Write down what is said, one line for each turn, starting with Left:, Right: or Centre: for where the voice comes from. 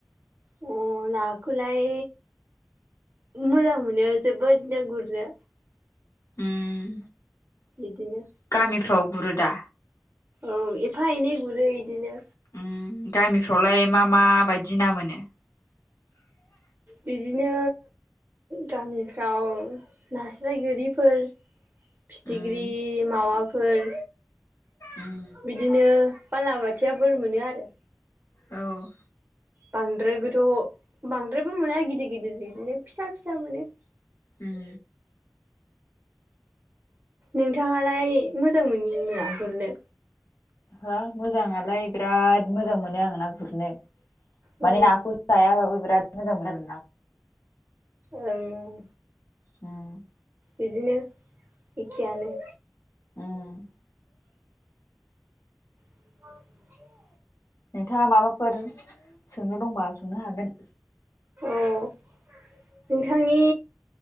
Right: अ नाखौलाय मोजां मोनो जोबोदनो गुरनो
Left: उम
Right: बिदिनो
Left: गामिफ्राव गुरोदा
Right: औ एफा एनै गुरो इदिनो
Left: उम गामिफ्रावलाय मा मा बायदि ना मोनो <inaudible>
Right: बिदिनो गामिफ्राव नास्राय गोरिफोर फिथिख्रि
Left: उम
Right: माबाफोर
Left: उम
Right: बिदिनो बालाबाथिया बोर मोनो आरो
Left: औ
Right: बांद्रायबोथ' बांद्रायबो मोना गिदिर गिदिर बिदिनो फिसा फिसा मोनो
Left: उम
Right: नोंथाङालाय मोजां मोनगोन ना मोना गुरनो
Left: हो मोजाङालाय बिराद मोजां मोनो आं ना गुरनो
Right: औ
Left: माने नाखौ जाया बाबो बिराद मोजां मोनो आरोना
Right: ओं ओं
Left: होम
Right: बिदिनो इखेयानो
Left: ओम
Right: <inaudible>
Left: नोंथाङा माबाफोर सोंनो दंबा सोंनो हागोन
Right: औ नोंथांनि